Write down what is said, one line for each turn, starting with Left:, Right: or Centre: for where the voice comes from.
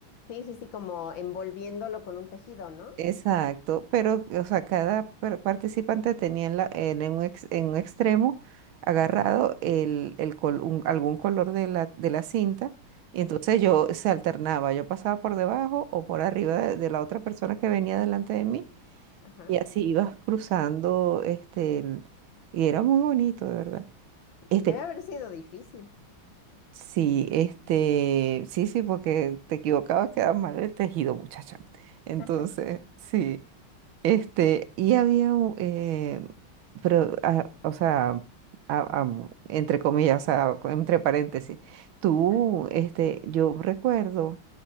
Left: Sí, sí, sí, como envolviéndolo con un tejido, ¿no?
Right: Exacto, pero, o sea, cada par- participante tenía en, la- en un, ex- en un extremo agarrado
Left: Ajá,
Right: el, el col- un- algún color de la, de la cinta, y
Left: sí,
Right: entonces yo se alternaba, yo pasaba por debajo o por arriba de, de la otra persona que venía delante de mí,
Left: ajá.
Right: y así ibas cruzando, este, el- y era muy bonito, de verdad. Este,
Left: Debe haber sido difícil.
Right: sí, este, sí, sí, porque te equivocabas, quedaba mal el tejido, muchacha. Entonces,
Left: <laughs>
Right: sí. Este, y había, un, eh, pero, ah, o sea, ah, ah, entre comillas, ah, co- entre paréntesis, tú,
Left: Ajá.
Right: este, yo recuerdo,